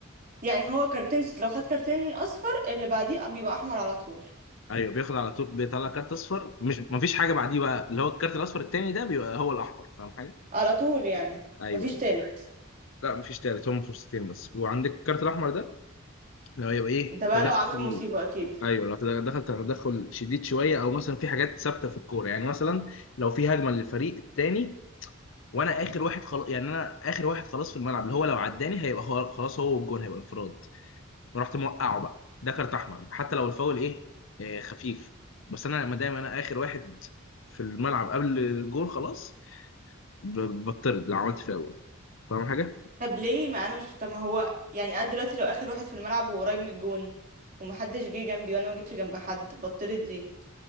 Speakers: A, on the right; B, on the left.
A: يعني هو كارتين لو خد كارتين اصفر اللي بعديه بيبقى احمر على طول
B: ايوه بياخد على طول بيطلع كارت اصفر مش مفيش حاجه بعديه بقى اللي هو الكارت الاصفر التاني ده بيبقى هو الاحمر فاهم حاجه
A: على طول يعني
B: ايوه
A: مفيش
B: ايوه
A: تالت
B: لا مفيش تالت هم فرصتين بس وعندك الكارت الاحمر ده لو يبقى ايه
A: ده بقى
B: تدخل
A: لو عمل مصيبة أكيد
B: ايوه لو تدخل تدخل شديد شويه او مثلا في حاجات ثابته في الكوره يعني مثلا لو في هجمه للفريق التاني وانا اخر واحد خلاص يعني انا اخر واحد خلاص في الملعب اللي هو لو عداني هيبقى هو خلاص هو والجون هيبقى انفراد رحت موقعه بقى ده كارت احمر حتى لو الفاول ايه آه خفيف بس انا ما دام انا اخر واحد في الملعب قبل الجون خلاص ب- بطرد لو عملت فاول فاهم حاجه
A: طب ليه ما أنا مش طب ما هو يعني أنا دلوقتي لو آخر واحد في الملعب وقريب من الجون ومحدش جه جنبي وأنا ما جيتش جنب حد بطرد ليه؟